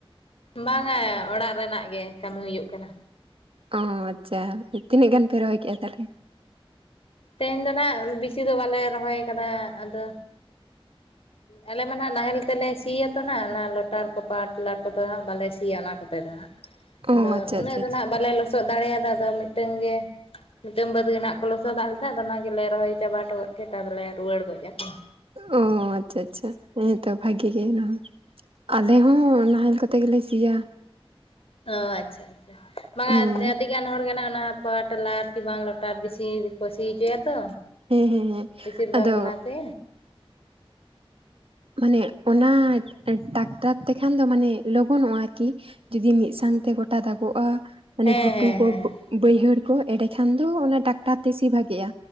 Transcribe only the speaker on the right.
ᱚ ᱟᱪᱪᱷᱟ ᱛᱤᱱᱟᱹᱜ ᱜᱟᱱ ᱯᱮ ᱨᱚᱦᱚᱭ ᱠᱮᱫ-ᱟ ᱛᱟᱦᱚᱞᱮ
ᱚ
ᱟᱪᱪᱷᱟ
ᱟᱪᱪᱷᱟ
ᱟᱪᱪᱷᱟ,
ᱚ ᱟᱪᱪᱷᱟ ᱟᱪᱪᱷᱟ ᱦᱮᱸᱛᱚ ᱵᱷᱟᱜᱤ ᱜᱮ ᱚᱱᱟᱦᱚ ᱟᱞᱮ ᱦᱚᱸ ᱱᱟᱦᱮᱞ ᱠᱟᱛᱮ ᱜᱮᱞᱮ ᱥᱤᱭᱟ
ᱦᱮᱸ
ᱦᱮᱸ ᱦᱮᱸ ᱦᱮᱸ
ᱟᱫᱚ
ᱢᱟᱱᱮ ᱚᱱᱟ ᱴᱟᱠᱴᱟᱨ ᱛᱮᱠᱷᱟᱱ ᱫᱚ ᱢᱟᱱᱮ ᱞᱚᱜᱚᱱᱚᱜ-ᱟ ᱟᱨᱠᱤ ᱡᱩᱫᱤ ᱢᱤᱫ ᱥᱟᱶᱛᱮ ᱜᱚᱴᱟ ᱫᱟᱜᱚᱜ-ᱟ ᱢᱟᱱᱮ
ᱜᱷᱩᱴᱩ
ᱠᱚ
ᱵᱟᱹᱭᱦᱟᱹᱲ ᱠᱚ ᱮᱰᱮᱠᱷᱟᱱ ᱫᱚ ᱚᱱᱟ ᱴᱟᱠᱴᱟᱨ ᱛᱮ ᱤᱥ ᱵᱷᱟᱜᱤ-ᱟ᱾